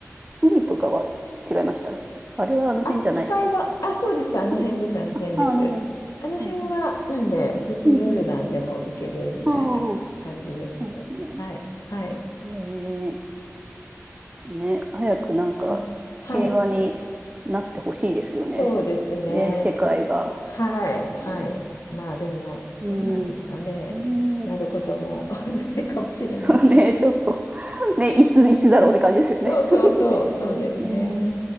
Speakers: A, on the right (about 25°); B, on the left (about 80°).
A: 海とかは違いましたっけあれはあの辺じゃないでしたっけ
B: あ、近いは、あ、そうです。あの辺です。
A: うん。
B: あの辺です。
A: あ、ああの辺。
B: あの辺は、
A: うんうん。
B: なんで、別にヨルダンでも行けるみたいな感じですね。
A: うんうんああ、そうですね。
B: はい。はい。
A: えー、ね、早くなんか平和になってほしいですよね。
B: うんはい。そうですね。
A: ね、世界が。
B: はい。はい。
A: ね、
B: まあ、でも、
A: うん。
B: どうなんですかね。
A: うん。
B: なることも
A: うん。
B: <laughs> ないかもしれないけど。
A: そうね、ちょっと、ね、いつ、いつだろうって感じですよね。
B: そうそうそう。
A: <laughs> ね、
B: そうですね。
A: ね。